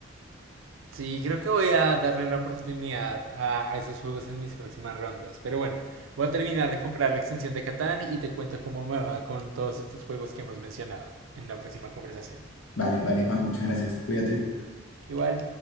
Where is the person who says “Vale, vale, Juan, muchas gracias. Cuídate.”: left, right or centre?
Left